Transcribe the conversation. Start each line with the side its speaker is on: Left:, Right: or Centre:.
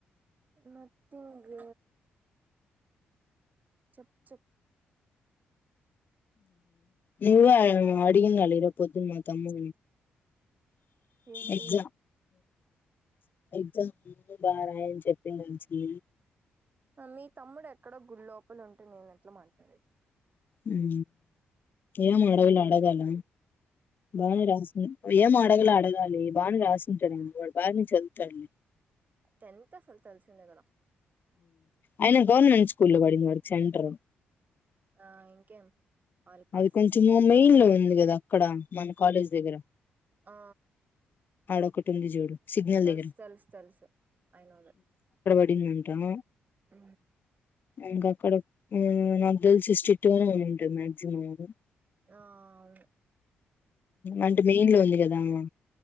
Right: నథింగ్ చెప్ చెప్
Left: నువ్వే అడిగియాలా రేపు పొద్దున మా తమ్ము
Right: ఏంది
Left: ఎగ్జా ఎగ్జామ్స్ అన్ని బాగా రాయని చెప్ప పేరెంట్స్ కి
Right: మీ తమ్ముడు ఎక్కడో గుళ్ లోపల ఉంటే నేనుట్లా మాట్లాడేది
Left: ఉం ఏం ఆడగలా ఆడగాల భవని రాససే ఏం అడగలు అడగాలి బాగానే రాసింటాడు వాడు బాగాని చదువుతాడు
Right: టెన్త్ అసలు తెలిసిందే కదా
Left: అయిన గవర్నమెంట్ స్కూల్లో పడింది వాడికి సెంటర్
Right: ఆ ఇంకేం ఆల్ పాస్
Left: అది కాల్చు మమ్మి కదా అక్కడ మన కాలేజ్ దగ్గర
Right: ఆ
Left: ఆడకోటుంది చూడు సిగ్నల్
Right: తెలుసు
Left: దగ్గర
Right: తెలుసు తెలుసు అయిన వాళ్ళ
Left: మేమ్ ఉంటాం.
Right: అ
Left: ఇంకా అక్కడ హ్మ్ నాక్ తెలిసి సిస్టిట్టు గానే ఉంటాంది. మ్యామ్ తినదు.
Right: ఆ వును
Left: అంటే మెయిన్ లో ఉంది కదా అ